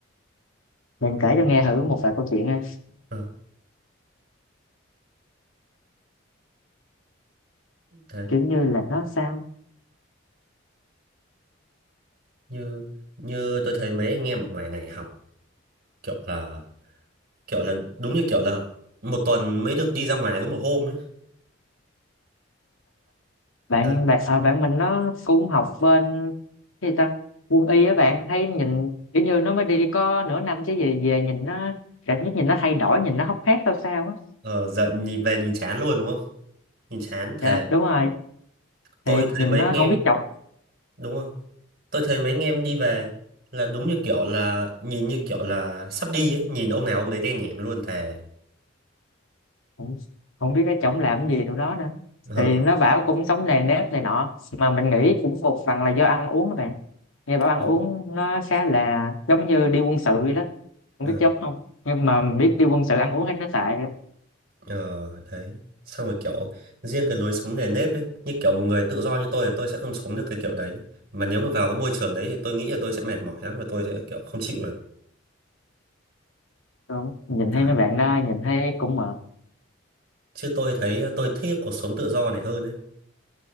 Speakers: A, on the left (about 85°); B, on the right (about 45°).
A: Bạn kể cho nghe thử một vài câu chuyện nha.
B: Ờ, thế
A: Kiểu như là nó sao?
B: như như tôi thấy mấy anh em ở ngoài này học kiểu là kiểu là đúng như kiểu là một tuần mới được đi ra ngoài có một hôm ấy.
A: Bạn
B: Đấy.
A: bạn à, bạn mình nó cũng học bên cái gì ta? Quân y á bạn thấy nhìn kiểu như nó mới đi có nửa năm chứ gì về nhìn nó cảm giác nhìn nó thay đổi, nhìn nó hốc hác sao sao á.
B: Ờ, giận nhìn về nhìn chán luôn đúng không? Nhìn chán thề.
A: Dạ, đúng rồi.
B: Tôi
A: Thì
B: thấy
A: nhìn
B: mấy
A: nó
B: anh em
A: không biết chọc
B: đúng không? Tôi thấy mấy anh em đi về là đúng như kiểu là nhìn như kiểu là sắp đi ấy, nhìn ông nào ông đấy đen nhẻm luôn thề.
A: không, không biết cái chổng làm gì tụi nó nữa.
B: <laughs>
A: Thì nó bảo cũng sống nề nếp này nọ mà mình nghĩ cũng một phần là do ăn uống các bạn. Nghe bảo ăn
B: đúng
A: uống nó khá là giống như đi quân sự vậy đó không
B: ờ
A: biết dốc không nhưng mà biết đi quân sự ăn uống thấy nó tệ đó
B: ờ, đấy xong rồi kiểu riêng cái lối sống nề nếp ấy như kiểu một người tự do như tôi thì tôi sẽ không sống được cái kiểu đấy mà nếu mà vào cái môi trường đấy thì tôi nghĩ là tôi sẽ mệt mỏi lắm và tôi sẽ kiểu không chịu được
A: Đúng. nhìn
B: đấy
A: thấy mấy bạn đó nhìn thấy cũng mệt
B: chứ tôi thấy tôi thích cái cuộc sống tự do này hơn ấy